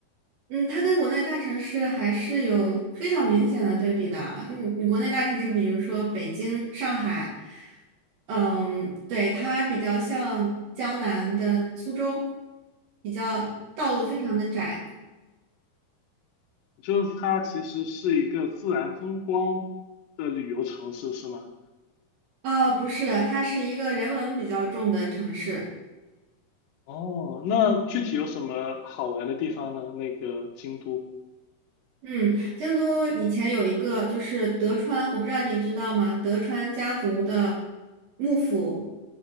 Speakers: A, on the right (about 60°); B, on the left (about 70°).
A: 嗯，它跟国内大城市还是有非常明显的对比的。嗯，你国内大城市，比如说北京、上海，嗯，对，它比较像江南的苏州，比较道路非常的窄。
B: 就是它其实是一个自然风光的旅游城市，是吗？
A: 啊、不是，它是一个人文比较重的城市。
B: 哦，那具体有什么好玩的地方呢？那个京都。
A: 嗯，京都以前有一个就是德川，我不知道你知道吗？德川家族的幕府，